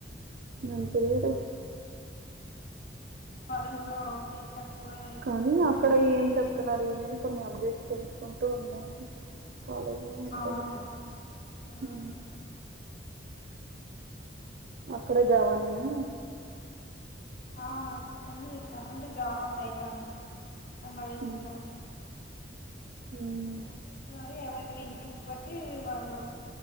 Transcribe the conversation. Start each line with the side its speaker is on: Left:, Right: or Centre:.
Right: అంతే కదా
Left: కాలేజీలో ఫీజు కట్టి కూడా వేస్టే
Right: కానీ అక్కడ ఏం చెప్తున్నారు ఏమని కొన్ని అప్డేట్స్ తెలుసుకుంటూ ఉండండి కాలేజీలో ఉంటది
Left: అవును
Right: ఆ
Left: మ్మ్
Right: ఉ అక్కడ జావా నేనా
Left: అ అన్ని చేస్తారు అంటే జావా పైతాన్ ఎంబెడెడ్
Right: హ్మ్.
Left: సిస్టమ్స్
Right: హ్మ్.
Left: ఓన్లీ <unintelligible> ఇంట్రెస్ట్ బట్టి వాళ్ళు